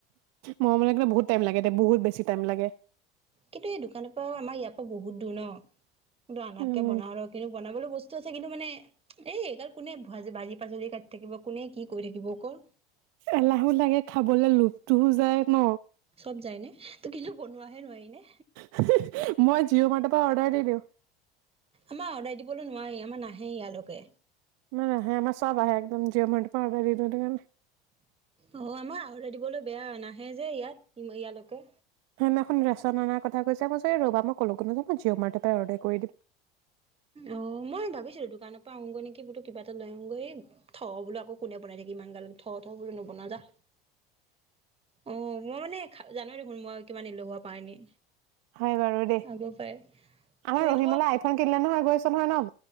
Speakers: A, on the right; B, on the right.
A: মৰম লাগিলে বহুত টাইম লাগে দে বহুত বেছি টাইম লাগে
B: কিন্তু এই দোকানৰ পৰা আমাৰ ইয়াৰ পৰা বহুত দূৰ ন কিন্তু আনাৰকে
A: উম
B: বনাওঁ আৰু কিন্তু বনাবলৈ বস্তু আছে কিন্তু মানে এই গাল কোনে ভাজি বাৰীৰ পাচলি কাটি থাকিব কোনে কি কৰি থাকিব ক
A: এলাহো লাগে খাবলৈ লোভ তোও যায় ন?
B: চব যায় নে ত কিন্তু বনোৱাহে নোৱাৰি নে
A: হে হে মই জিঅ' মাৰ্ট অ অৰ্ডাৰ দি দিউ
B: আমাৰ অৰ্ডাৰ দিবলৈ নোৱাৰি আমাৰ নাহে ইয়ালৈকে।
A: আমাৰ আহে আমাৰ সব আহে একদম জিঅ' মাৰ্টৰ পৰা অৰ্ডাৰ দিওঁ সেইটো কাৰণে
B: অ আমাৰ অৰ্ডাৰ দিবলৈ বেয়া নাহে যে ইয়াত ইয়ালৈকে।
A: সেইদিনাখন ৰেচন অনাৰ কথা কৈছে কৈছোঁ এই ৰ'বা মই ক'লো নাযাওঁ মই জিঅ' মাৰ্টৰ পৰাই অৰ্ডাৰ কৰি দিম।
B: অ মই ভাবিছিলোঁ দোকানৰ পৰা আহোগৈ নেকি বোলো কিবা এটা লৈ আহোগৈ--থ' বোলো আকৌ কোনে বনাই থাকি ইমান গাল থ থ বুলো নবনাওঁ যা। অ মই মানে খা জান‌ই দেখোন মই কিমান এলেহুৱা প্ৰাণী
A: হয় বাৰু দেই। আমাৰ
B: আগৰ পৰাই ফুৰিব
A: ৰহিমলা আইফোন কিনিলে নহয় গৈছে তোমাৰ ন